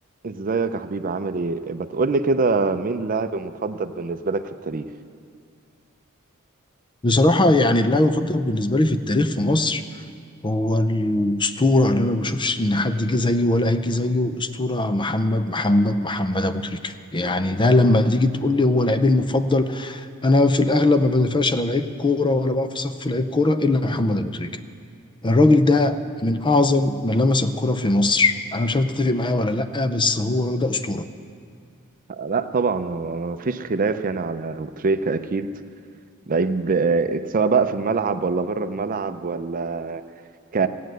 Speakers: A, on the right; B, on the left.
A: ازيك يا حبيبي عامل ايه بتقول لي كده مين اللاعب المفضل بالنسبه لك في التاريخ
B: بصراحة يعني اللاعب المفضل بالنسبة لي في التاريخ في مصر هو الأسطورة اللي أنا ما بشوفش إن حد جه زيه ولا هيجي زيه الأسطورة محمد محمد محمد أبو تريكة يعني ده لما تيجي تقول لي هو لعيبي المفضل أنا في الأغلب ما بدافعش على لعيب كورة ولا بقى في صف لعيب كورة إلا محمد أبو تريكة الراجل ده من أعظم من لمس الكرة في مصر أنا مش عارف تتفق معايا ولا لأ بس هو الراجل ده أسطورة
A: لا طبعا هو ما فيش خلاف يعني على ابو تريكة اكيد لعيب آه، سواء بقى في الملعب ولا بره الملعب ولا ك